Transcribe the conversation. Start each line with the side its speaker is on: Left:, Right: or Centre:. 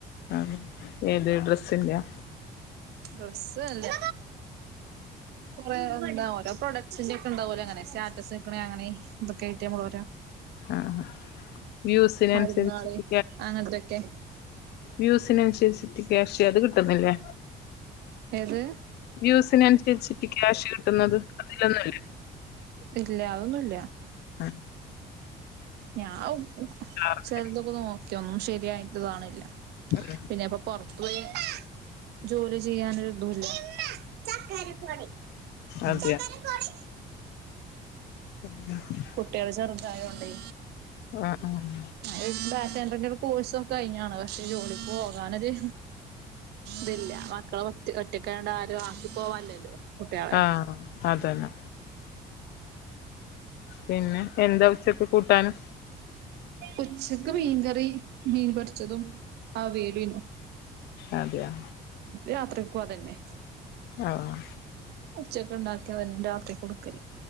Left: ആഹ് ഏത് ഡ്രസ്സിന്റെയ?
Right: ഡ്രസ്സ്‌ അല്ല പ്പങ്ങൾ എന്താ ഓരോപ്രൊഡക്സിന്റെ ഒക്കെ ഇണ്ടാവോലോ ഇങ്ങനെ സ്റ്റാറ്റസ് വെക്ക്ണേ അങ്ങനെ ഇതൊക്കെയായിട്ട് നമ്മൾഓരോ
Left: ആഹ് വ്യൂസിനനുസരിച്ചിട്ട്
Right: മരുന്നാള് അങ്ങൻതൊക്കെ.
Left: വ്യൂവ്സ്ന് അനുസരിച്ചിട്ട് ക്യാഷ് അത് കിട്ടുന്നില്ലേ?
Right: ഏത്
Left: വ്യൂവ്സ്ന് അനുസരിച്ചിട്ട് ക്യാഷ് കിട്ടുന്നത് അതിലൊന്നല്ല.
Right: ഇല്ല അതൊന്നുല്ല.
Left: ആഹ്
Right: ഞാന് ഉം പ
Left: അതെ
Right: ചെൽതൊക്കെ നോക്കി അതൊന്നും ശെരിയായിട്ട് കാണ് നി ല്ല.
Left: <unintelligible>
Right: പിന്നെ പ്പൊ പൊർത്തുപോയി ജോലി ചെയ്യാനൊരുതൂല്ല. ചക്കര പൊടി,
Left: അതെയ
Right: ചക്കര പൊടി
Left: <inaudible>
Right: കുട്ടികള് ചെറുതായോണ്ടെ
Left: ആഹ് ആഹ്
Right: ഈ ഡാറ്റാ എൻട്രിന്റെ ഒര് കോഴ്സ് ഒക്കെ കഴിഞ്ഞതാണ് പക്ഷേ ജോലിക്ക് പോകാനൊര് തില്ല മക്കള് ഒറ്റക്കായോണ്ട് ആരും ആക്കി പോവാനില്ലല്ലോ. കുട്ടിയാളെ
Left: ആഹ് അതന്നെ പിന്നെ എന്താ ഉച്ചക്ക് കൂട്ടാന്
Right: ഉച്ചക്ക് മീൻകറി മീൻപൊരിച്ചതും അവീയലും അയിനു
Left: അതെയോ
Right: യാത്രക്കു അതെന്നെ
Left: ആഹ്
Right: ഉച്ചക്ക് ഉണ്ടാക്കിയതെന്നെ രാത്രി കൊടുക്കല്